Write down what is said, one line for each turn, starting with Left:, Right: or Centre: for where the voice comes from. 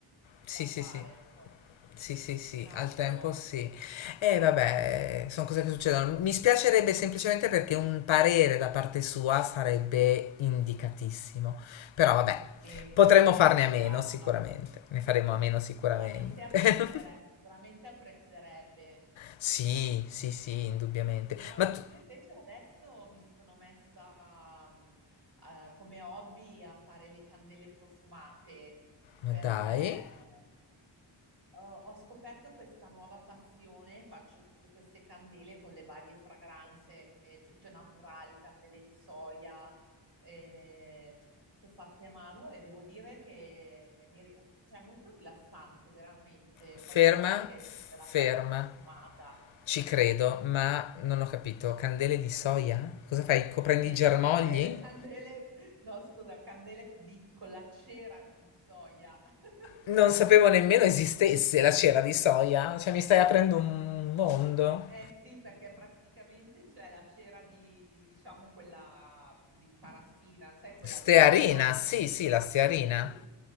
Left: Sì,
Right: da fare,
Left: sì, sì.
Right: insomma.
Left: Sì, sì, sì,
Right: Cavolo,
Left: al tempo sì. E vabbè, sono cose che succedono. Mi spiacerebbe semplicemente perché un parere da parte sua sarebbe indicatissimo. Però vabbè,
Right: e
Left: potremmo
Right: sarebbe
Left: farne a meno
Right: stato
Left: sicuramente. Ne faremo a meno
Right: sicuramente
Left: sicuramente.
Right: apprezzere-
Left: <laughs>
Right: sicuramente apprezzerebbe.
Left: Sì, sì, sì, indubbiamente.
Right: No,
Left: Ma
Right: io
Left: tu,
Right: invece adesso mi sono messa mm, eh, come hobby a fare le candele profumate
Left: ma
Right: perché
Left: dai,
Right: ho, ho scoperto questa nuova passione, faccio tutte queste candele con le varie fragranze, eh, tutte naturali, candele di soia, eh, tutte fatte a mano e devo dire che mi ri- cioè, è molto rilassante veramente.
Left: ferma,
Right: Poi a parte che hai
Left: ferma.
Right: sempre la casa profumata.
Left: Ci credo, ma non ho capito. Candele di soia? Cosa fai? Coprendi
Right: Eh,
Left: i germogli?
Right: scu- <laughs> eh, candele, no, scusa, candele di- con la cera di soia. <laughs>
Left: Non sapevo nemmeno esistesse la cera di soia, cioè mi stai aprendo un mondo.
Right: Eh sì, perché praticamente c'è la cera di, diciamo, quella di paraffina, sai, quella,
Left: Stearina,
Right: la ceraccia.
Left: sì, sì, la stearina.
Right: Sì.